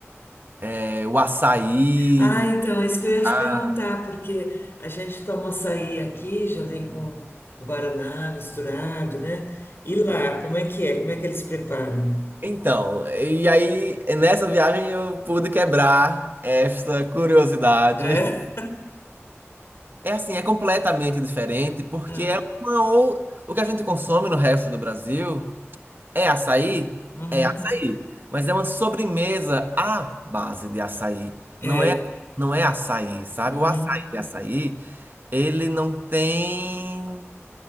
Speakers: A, on the right; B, on the left.
A: Eh, o açaí,
B: Ah, então, é isso que eu ia te
A: a
B: perguntar, porque a gente toma açaí aqui, já vem com guaraná misturado, né? E lá, como é que é? Como é que eles preparam?
A: Então, e aí nessa viagem eu pude quebrar essa curiosidade.
B: É?
A: É assim, é completamente diferente porque
B: Ah,
A: é uma ou... o que a gente consome no resto do Brasil é açaí,
B: uhum.
A: é açaí, mas é uma sobremesa à base de açaí.
B: É.
A: Não é não é açaí, sabe?
B: Uhum.
A: O açaí de açaí, ele não tem,